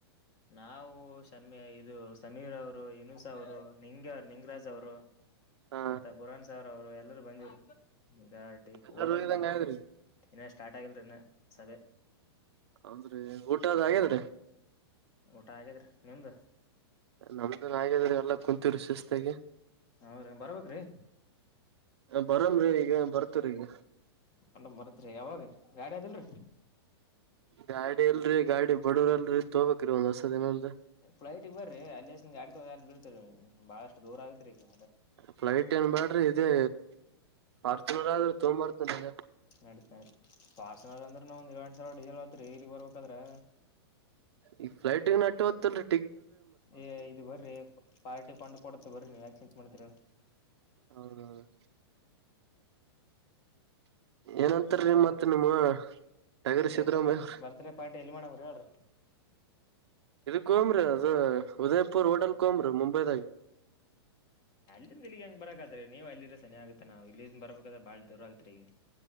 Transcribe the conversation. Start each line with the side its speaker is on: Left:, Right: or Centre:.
Left: ನಾವು ಶಮಿ ಇದು ಸಮೀರ್ ಅವರು ಇನುಸ ಅವರು ನಿಂಗ ನಿಂಗ್ರಾಜ್ ಅವರು
Right: ಹಾ
Left: ಮತ್ತ ಬುರಾಣ್ ಸಾವ್ರ ಅವ್ರು ಎಲ್ಲರು ಬಂದಿದ್ರು ಈಗ ಈ
Right: ಎಲ್ಲಾರು
Left: ಹೋಗ್ಬೇಕ್ರಿ
Right: ಹೋಗಿದಂಗ ಆಗದ್ರಿ
Left: ಇನ್ನೇ ಸ್ಟಾರ್ಟ್ ಆಗಿಲ್ರಿ ಇನ್ನ ಸಭೆ
Right: ಹೌದ್ರೀ ಊಟ ಅದ
Left: ಹ್ಮ್
Right: ಹಾಗ್ಯದ್ರಿ
Left: ಊಟ ಆಗಾದ್ರಿ ನಿಮ್ದು
Right: ನಮ್ದನ್ರರಾಗಿದ್ರ ಎಲ್ಲ ಕುೂಂತ್ರು ಸಿಸ್ತಗೆ
Left: ಹೌದ್ರಿ ಬರ್ಬೇಕ್ರಿ
Right: ಬರಲ್ರಿ ಈಗ ಬರ್ತ್ರ ಈಗ
Left: ಮಂಡ್ ಬರತ್ರಿ ಯಾವಾಗ ಗಾಡಿ ಅದಲ್ರಿ
Right: ಗಾಡಿ ಅಲ್ರರಿ ಗಾಡಿ ಬಡವರಲ್ರಿ ತೊಬೇಕೇರಿ ಒಂದ್ ಹೊರ್ಸ ದಿನಲ್
Left: ಫ್ರರೖಟ್ಟಗ್ ಬರ್ರಿ ಅಲ್ಲಿ ಗಾಡಿ ಬೀತರಿ ಬಾಳಷ್ಟು ದೂರ ಆಗತ್ರಿಗ
Right: ಫ್ಲೈಟ್ ಏನ್ ಬಾಡ್ರಿ ಇದೇ ಪಾರ್ಚುನರ್ ಆದ್ರೂ ತೊಗಂಬ್ಬರ್ತನ್ಗ
Left: ನಡತ ನ ಪಾರ್ಸನಲ್ ಅಂದ್ರ ನ ಒಂದ್ ಏಳ ಎಂರರ್ ಸಾವಿರ ಡಸೆಲ್ ಹತ್ರಿ ಇಲ್ಲಿಗ್ ಬರ್ಬೇಕಾದ್ರ
Right: ಈಗ ಫ್ರರೆಟಗ್ರ್ ನಟ ಹ್ಲ್
Left: ಏ ಇದು ಬರ್ರಿ ಪಾರ್ಟಿ ಫಂಡ್ ಕೊಡದ ಬರಿ ನೀವು ಯಾಕ ಚಿಂತತ್ ಮಾಡಿದೀರ
Right: ಹೌದೌದು ಏನಂತಾರೀ
Left: ಮತ್ತೆಂತ
Right: ಮತ್ ನಿಮ್ಮ ಟಗರ್
Left: ಮತ್ತೆ
Right: ಸಿದ್ದರಾಮಯ್ಯ
Left: ಇವತ್ತನ್ ಬರ್ತ್ಡೇ ಪಾರ್ಟಿ ಎಲ್ಲಿ ಮಾಡವ್ರ ಹೇಳ್ರಿ
Right: ಕೋಮ್ರಿ ಅದು ಉದಯ್ಪುರ್ ಹೋಟೆಲ್ ಕೋಮ್ರಿ ಮುಂಬೈದಾಗ
Left: ಇ ಇಗ್ ಹೆಂಗ ಬರಕತ್ತತ್ರಿ ನೀವು ಅಲ್ಲಿರ ಸನಿ ಆಗತ ನಾವ ಇಲ್ಲಿ ಬರಬೇಕಾದ್ರ ಬಾಳ ದೂರ ಆಗ್ತ ಈಗ